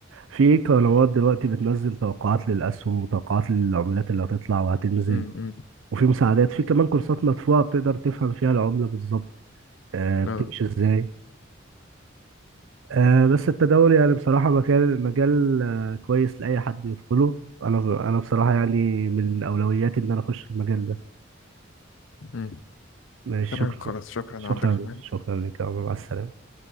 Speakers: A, on the right; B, on the left.
A: في قنوات دلوقتي بتنزل توقعات للاسهم وتوقعات للعملات اللي هتطلع وهتنزل
B: امم
A: وفي مساعدات في كمان كورسات مدفوعة بتقدر تفهم فيها العملة بالظبط آه بتمشي
B: اه
A: ازاي آه بس التداول يعني بصراحة مجال مجال آه كويس لأي حد يدخله أنا أنا بصراحة يعني من أولوياتي إن أنا أخش المجال ده
B: مم.
A: ماشي
B: تمام
A: شكرا
B: خلاص شكرا
A: شكرا
B: يا عبد الرحمن
A: شكرا لك يا عمر مع السلامة